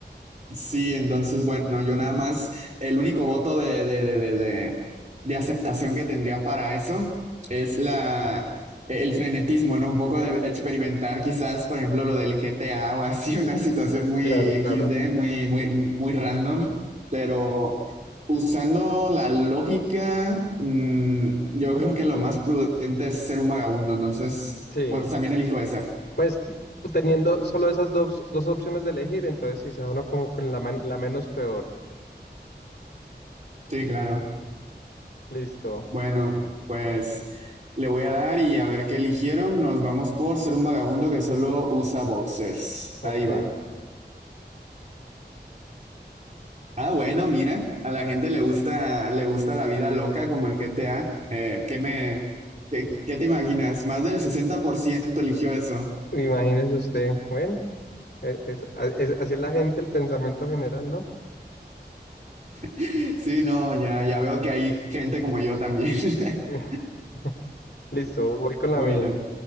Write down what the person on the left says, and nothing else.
Claro,
claro.
Sí,
pues teniendo solo esas dos, dos opciones de elegir, entonces si sea uno como con la, men- la menos peor.
Listo,
ok.
Imagínese usted, bueno, e- es- a- es- así es la gente, el pensamiento general, ¿no?
<laughs> Listo, voy con la
mía.